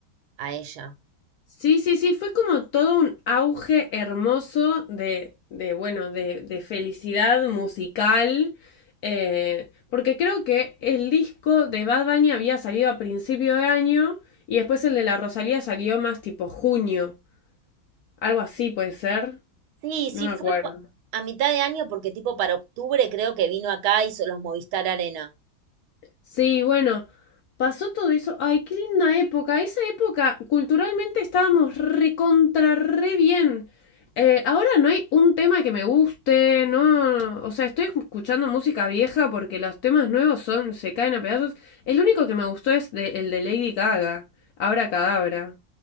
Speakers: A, on the right (about 85°); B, on the left (about 75°).
A: a ella.
B: Sí, sí, sí, fue como todo un auge hermoso de, de bueno, de, de felicidad musical. Eh, porque creo que el disco de Bad Bunny había salido a principio de año y después el de la Rosalía salió más tipo junio. Algo así puede ser.
A: Sí, sí,
B: No me
A: fue
B: acuerdo.
A: cu- a mitad de año porque tipo para octubre creo que vino acá, hizo los Movistar Arena.
B: Sí, bueno, pasó todo eso. Ay, qué linda época. Esa época culturalmente estábamos recontra re bien. Eh, ahora no hay un tema que me guste, no. O sea, estoy escuchando música vieja porque los temas nuevos son, se caen a pedazos. El único que me gustó es de- el de Lady Gaga, Abra Cadabra,